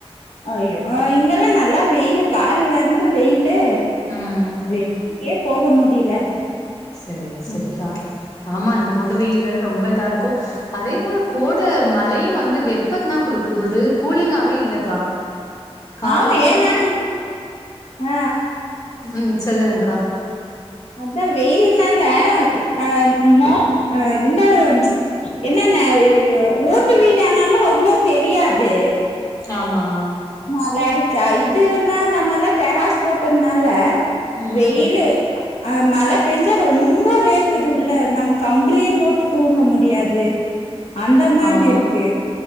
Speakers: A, on the left; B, on the left.
A: அய்யோ இங்கெல்லா நல்லா வெயில் கால்ல இருந்து வெயிலு
B: ம்
A: வெளிலயே போக முடியல
B: செரி செரிக்கா
A: ம்
B: ஆமா அந்த கொடு வெயில் வேற ரொம்ப இதா இருக்கு அதே போல கோட மழயு வந்து வெப்பத்த தா கொடுக்குது ஒரு கூலிங்காவே இல்லக்கா கால்லலேந்து
A: ஆமா ஏன்னா ஆ
B: ம் சொல்லுங்கக்கா
A: அதா வெயில்னால அ மோப் இந்த ச் என்னன்ன ஓட்டு வீடானாலு அவ்ளோ தெரியாது
B: ஆம்மா
A: மழ அடுச்சா இதுன்னா நம்ம எல்லா டெராஸ் போட்டதுனால
B: ம்
A: வெயிலு அ மழ பேஞ்சா ரொம்ப வேர்க்குது உள்ள நம்ம கம்புளியே போட்டு தூங்க முடியாது
B: <inaudible>
A: அந்த மாதிரி
B: ஆமா
A: இருக்கு